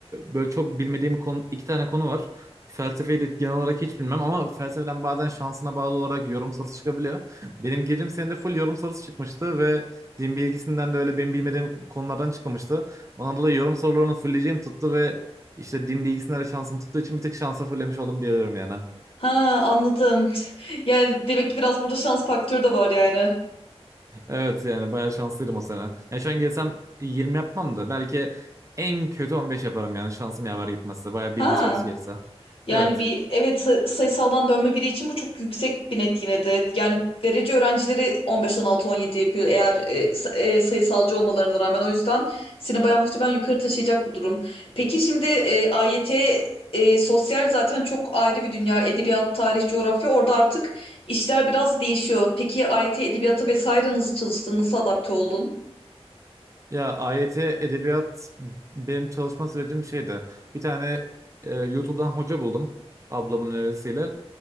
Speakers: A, on the right; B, on the left.
A: böyle çok bilmediğim konu iki tane konu var. Felsefeyi de genel olarak hiç bilmem ama felsefeden bazen şansına bağlı olarak yorum sorusu çıkabiliyor. Benim girdiğim senede full yorum sorusu çıkmıştı ve din bilgisinden de öyle benim bilmediğim konulardan çıkmamıştı. Ona da yorum sorularını fullleyeceğim tuttu ve işte din bilgisinden de şansım tuttuğu için bir tek şansa fullemiş oldum diyebilirim yani.
B: Ha anladım. Yani demek ki biraz burada şans faktörü de var yani.
A: Evet yani bayağı şanslıydım o sene. Yani şu an gelsem 20 yapmam da belki en kötü 15 yaparım yani şansım yaver gitmezse. Bayağı
B: Ha.
A: bilgi sorusu gelirse.
B: Yani
A: Evet.
B: bir evet say- sayısaldan dönme biri için bu çok yüksek bir net yine de. Yani derece öğrencileri 15, 16, 17 yapıyor eğer e, sa- e, sayısalcı olmalarına rağmen. O yüzden seni bayağı muhtemelen yukarı taşıyacak bu durum. Peki şimdi e, AYT e, sosyal zaten çok ayrı bir dünya. Edebiyat, tarih, coğrafya orada artık işler biraz değişiyor. Peki AYT edebiyata vesaire nasıl çalıştın? Nasıl adapte oldun?
A: Ya AYT edebiyat benim çalışma sürecim şeydi. Bir tane e, YouTube'dan hoca buldum ablamın önerisiyle.